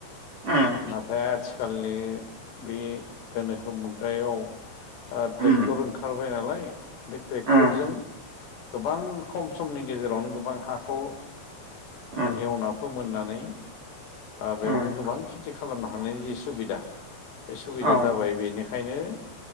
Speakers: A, on the right (about 35°); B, on the left (about 65°).
A: उम
B: नाथाय खाललि बे गोनोखो मुगायाव ट्रेक्टर
A: उम
B: ओंखारबाय नालाय बे ट्रेक्टरजों
A: उम
B: गोबां खम समनि गेजेरावनो गोबां हाखौ
A: उम
B: एवना फोमोननानै बेवहाय
A: उम
B: गोबां खेथि खालामनो हानायनि जि सुबिदा बे सुबिदाया
A: औ
B: जाबाय बेनिखायनो